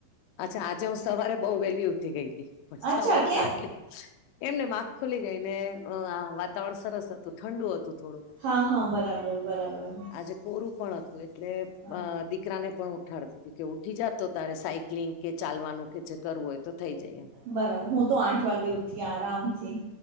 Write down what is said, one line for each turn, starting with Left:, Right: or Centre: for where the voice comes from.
Left: અચ્છા આજે હું સવારે બહુ વહેલી ઉઠી ગઈ હતી પણ સવારે
Right: અચ્છા કેમ
Left: તો આટલી એમને માગ ખુલી ગઈ ને વાત તણ સરસ હતું ઠંડુ હતું થોડું
Right: હા હા બરાબર બરાબર
Left: આજે કોરું પણ હતું. એટલે
Right: હા
Left: દીકરાને પણ ઉઠાડતી હતી કે ઉઠી જતો તારે સાયક ક્લિન કે ચાલવાનું કે જે કરવું હોય તો થઈ જાય એમ
Right: બરાબર હું તો આઠ વાગે ઉઠી આરામથી